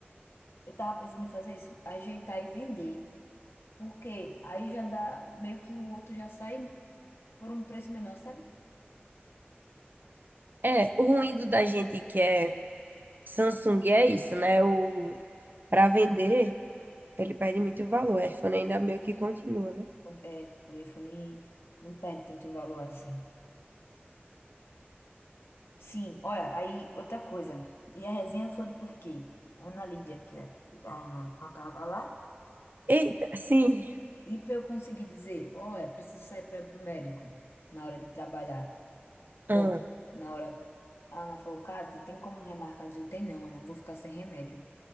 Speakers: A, on the left; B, on the right.
A: Eu tava pensando em fazer isso, ajeitar e vender. Porque aí já dá, meio que o outro já sai por um preço menor, sabe?
B: É, o ruim do da gente que é Samsung é isso, né? O Para vender, ele perde muito valor. O iPhone ainda meio que continua, né?
A: É, o iPhone não perde tanto valor assim. Sim, olha, aí outra coisa. E a resenha foi porque a Ana Lídia, que é- a Ana não tava lá,
B: Eita, sim.
A: e pra eu conseguir dizer, olha, preciso sair para ir pro médico na hora de trabalhar. Ou
B: Ah.
A: na hora. A Ana falou, Kati, tem como remarcar? Eu digo, tem não, Ana, eu vou ficar sem remédio.